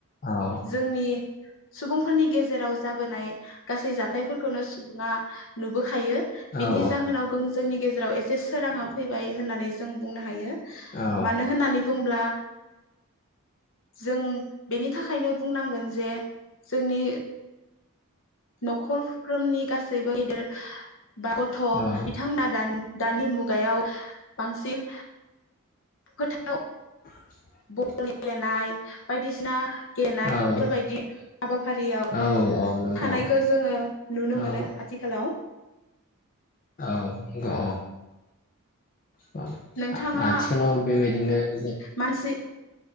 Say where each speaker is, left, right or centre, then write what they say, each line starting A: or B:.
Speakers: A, on the left (about 40°); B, on the left (about 60°).
A: औ
B: जोंनि सुबुंफोरनि गेजेराव जाबोनाय गासै जाथायफोरखौनो सुबुङा नुबोखायो
A: औ
B: बिनि जाहोनाव जोंनि गेजेराव एसे बे सोराङा फै होननानै जों बुंनो हायो
A: औ
B: मानो होननानै बुंब्ला जों बेनि थाखायनो बुंनांगोन जे जोंनि नखरफ्रोमनि गासैबो गेदेर बा गथ'
A: औ
B: बिथांमोना दान दानि मुगायाव बांसिन फोथाव
A: <inaudible>
B: गेलेनाय बायदिसिना गेनाय
A: औ
B: बेफोरबायदि हाबाफारियाव
A: औ औ नंगौ
B: थानायखौ जोङो नुनो
A: औ
B: मोनो आथिखालाव
A: औ औ
B: नोंथाङा
A: आथिखालाव बेबायदिनो ज
B: मानसि